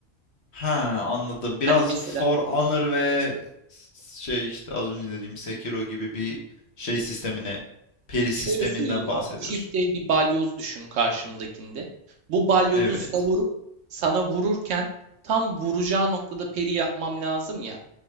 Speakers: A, on the left; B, on the right.
A: Ha anladım. Biraz
B: Hani mesela
A: For Honor ve şey işte az önce dediğim Sekiro gibi bir şey sistemine, peri sisteminden
B: şöyle söyleyeyim
A: bahsediyorsun.
B: abi. Çift el bir balyoz düşün karşımdakinde. Bu balyozu
A: Evet.
B: savurup sana vururken tam vuracağı noktada peri yapmam lazım ya.